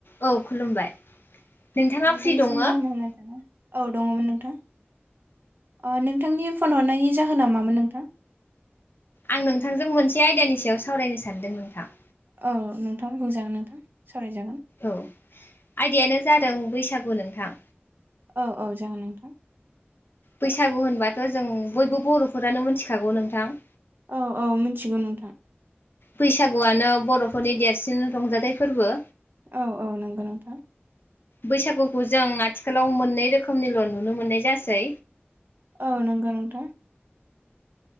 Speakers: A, on the left; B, on the right.
A: औ खुलुमबाय नोंथाङा
B: नोंथांनिसिम
A: फ्रि दङ आं
B: गाहाम हामलायनाय थाबाय औ दंङ मोन नोंथां ओ नोंथांनि फन हरनायनि जाहोना मामोन नोंथां
A: आं नोंथांजों मोनसे आयदानि सायाव सावरायनो सानदों नोंथां
B: औ नोंथां बुंजागोन नोंथां सरायजागोन
A: औ आयदायानो जादों बैसागु नोंथां
B: औ औ जागोन नोंथां
A: बैसागु होनबाथ जों बयबो बरफोरानो मिथिखागौ नोंथां
B: औ औ मिथिगौ नोंथां
A: बैसागुआनो बरफोरनि देरसिन रंजाथाइ फोरबो
B: औ औ नंगौ नोंथां
A: बैसागुखौ जों आथिखालाव मोननै रोखोमनिल नुनो मोननाय जासै
B: औ नंगौ नोंथां